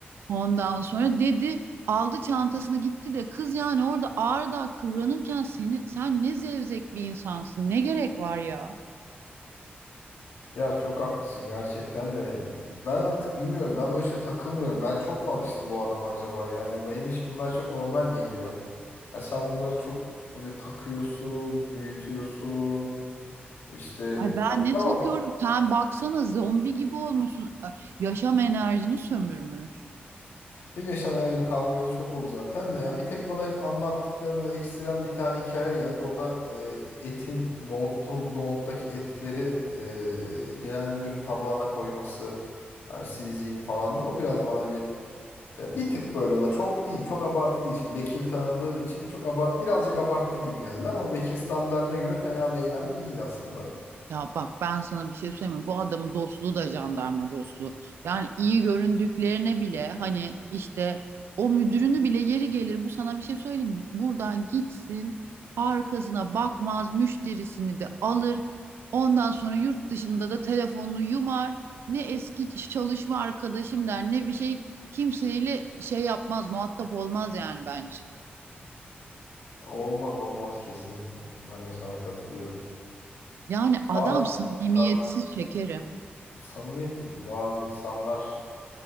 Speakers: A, on the right; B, on the left.
A: Ondan sonra dedi aldı çantasını gitti de kız yani orada ağırda kıvranırken seni sen ne zevzek bir insansın. Ne gerek var ya?
B: Ya çok haklısın gerçekten de. Ben artık bilmiyorum. Ben böyle şey takılmıyorum. Ben çok mu alıştım bu adama acaba? Yani benim için bunlar çok normal geliyor. Ya sen bunları çok böyle takıyorsun, büyütüyorsun. İşte
A: Ay ben
B: Ya
A: ne
B: tamam
A: takıyorum? Sen baksana zombi gibi olmuşsun. Ay, Yaşam enerjini sömürmüş.
B: Benim yaşam enerjim kalmayalı çok oldu zaten de. Yani bir tek bana anlattıklarında ekstrem bir tane hikaye geldi. O da e, etin, nohutun, nohuttaki etleri e, genel müdürün tabağına koyması. Hani siz yiyin falan diyor. O biraz bana bir e, bir tık böyle o da çok değil. Çok abartı değil. Şimdi Bekir'i tanıdığım için çok abar birazcık abarttı gibi geldi ama Bekir standartına göre fena bir eylem de değil aslında.
A: Ya bak ben sana bir şey söyleyeyim mi? Bu adamın dostluğu da jandarma dostluğu. Yani iyi göründüklerine bile hani işte o müdürünü bile yeri gelir bu sana bir şey söyleyeyim mi? Buradan gitsin arkasına bakmaz müşterisini de alır. Ondan sonra yurt dışında da telefonunu yumar. Ne eski çalışma arkadaşım der ne bir şey kimseyle şey yapmaz muhatap olmaz yani bence.
B: Olmaz olmaz kesinlikle. Ben de sana katılıyorum.
A: Yani adam
B: Bazı
A: samimiyetsiz
B: insanlar
A: şekerim.
B: samimiyet de değil. Bazı insanlar